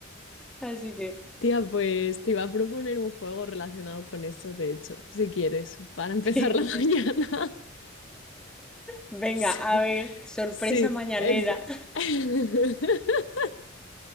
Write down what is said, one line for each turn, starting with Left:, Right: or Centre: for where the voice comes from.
Centre: Así que,
Left: Tía, pues te iba a proponer un juego relacionado con eso, de hecho, si quieres, para empezar
Centre: ¿qué
Left: la
Centre: dice?
Left: <laughs> mañana.
Centre: Venga,
Left: <laughs>
Centre: a ver, sorpresa
Left: Sí,
Centre: mañanera.
Left: es... <laughs>